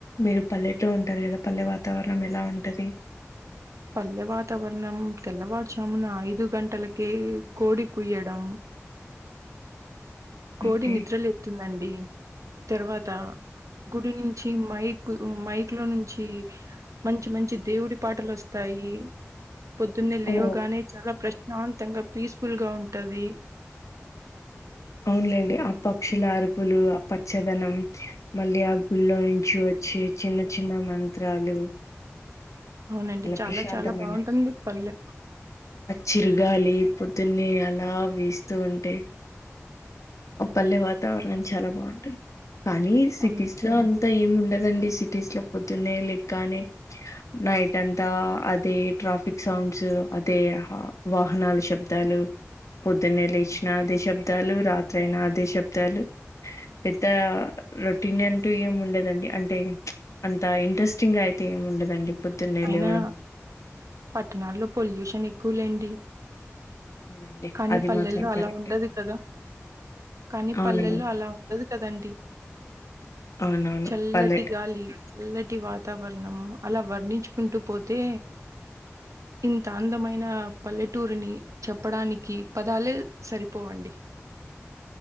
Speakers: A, on the left (about 75°); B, on the right (about 80°).
A: మీరు పల్లెట్లో ఉంటార్ కదా పల్లె వాతావరణం ఎలా ఉంటది.
B: పల్లె వాతవరణం తెల్లవారు జామున ఐదు గంటల కే కోడి కుయ్యడంం కోడి
A: ఓకే
B: నిద్రలేపుతుంది అండి తర్వాత గుడి నుంచి మైక్ మైక్ లో నుంచి మంచి మంచి దేవుడి పాటలు వస్తాయి పొద్దున్నే లేవుగానే
A: ఓ
B: చాలా ప్రశ్న శాంతంగా పీస్ఫుల్ గా ఉంటది
A: అవునులేండి ఆ పక్షుల అరుపులు ఆ పచ్చదనం మళ్ళీ ఆ గుల్లో నుంచి వచ్చి చిన్న చిన్న మం త్రాలు
B: అవునండి చాలా
A: ప్రశాంతమైన
B: చాలా బాగుంటుంది పల్లె
A: చిరూగాలి పొద్దున్నే అలా వీస్తూ ఉంటే ఆ పల్లె వాతావరణం చాలా బాగుంటుంది కానీ సిటీస్
B: అవును
A: లో అంతా ఏమి ఉండదండి. సిటీస్ లో పొద్దునే లేగానే నైట్ అంతా అదే ట్రాఫిక్ సౌండ్స్ అదే వాహనాల శబ్దాలు పొద్దున్నే లేచిన అదే శబ్దాలు రాత్రి ఆది శబ్దాలు పెద్ద రో రొటీన్ అంటూ ఏం ఉండదండి అంటే చ్చ అంత ఇంట్రస్టింగ్ గా అయితే ఏం ఉండదండి పొద్దున్నే
B: అయినా
A: లేవడం
B: పట్టణాల్లో పొల్యూషన్ ఎక్కువలేండి
A: అవునండి
B: కానీ
A: అది
B: పల్లెల్లో
A: మాత్రం
B: అలా
A: కరెక్టే
B: ఉండదు కదా కానీ
A: అవునండి
B: పల్లెల్లో అలా ఉండదు కదండి
A: అవునవును
B: చల్లటి
A: పల్లె
B: గాలి చల్లటి వాతావరణం అలా వర్ణించుకుంటూ పోతే ఇంత అందమైన ఆ పల్లెటూరిని చె ప్పడానికి పదాలే సరిపోవండి